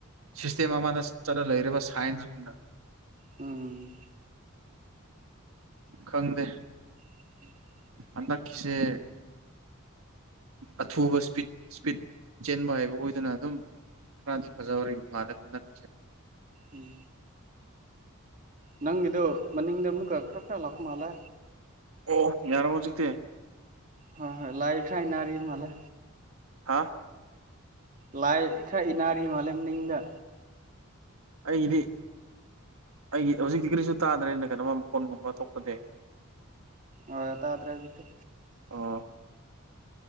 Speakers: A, on the right (about 80°); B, on the right (about 40°).
A: ꯁꯤꯁꯇꯦꯝ ꯑꯃꯗ ꯆꯠꯂ ꯂꯩꯔꯦꯕ ꯁꯥꯏꯟꯁꯒꯨꯝꯅ
B: ꯎꯝ
A: ꯈꯪꯗꯦ
B: <inaudible>
A: ꯍꯟꯗꯛꯀꯤꯁꯦ ꯑꯊꯨꯕ ꯁ꯭ꯄꯤꯠ ꯁ꯭ꯄꯤꯠ ꯆꯦꯟꯕ ꯍꯥꯏꯕ ꯈꯣꯏꯗꯨꯅ ꯑꯗꯨꯝ ꯈꯥꯔꯗꯤ ꯐꯖꯍꯧꯔꯤꯕ ꯃꯥꯂꯦ ꯍꯟꯗꯛꯀꯤꯁꯦ
B: ꯎꯝ ꯅꯪ ꯑꯗꯨꯗꯨ ꯃꯅꯤꯡꯗ ꯑꯃꯨꯛ ꯀ ꯈ꯭ꯔ ꯈ꯭ꯔ ꯂꯥꯛꯄ ꯃꯥꯂꯦ
A: ꯑꯣ ꯌꯥꯔꯕꯣ ꯍꯧꯖꯤꯛꯇꯤ
B: ꯍ ꯂꯥꯏꯐ ꯁꯥꯟꯅꯔꯤꯕ ꯃꯥꯂꯦ
A: ꯍꯥꯥ
B: ꯂꯥꯏꯐ ꯈꯥꯔ ꯏꯟꯅꯔꯤ ꯃꯥꯂꯦ ꯃꯅꯤꯡꯗ
A: ꯑꯩꯒꯤꯗꯤ ꯑꯩꯒꯤ ꯍꯧꯖꯤꯛꯇꯤ ꯀꯔꯤꯁꯨ ꯇꯥꯗ꯭ꯔꯦꯅ ꯀꯩꯅꯣꯝ ꯃꯈꯣꯟꯒꯨꯝꯕ ꯊꯣꯛꯄꯗꯤ
B: ꯑꯥ ꯇꯥꯗ꯭ꯔꯦ ꯍꯧꯖꯤꯛꯇꯤ
A: ꯑꯣ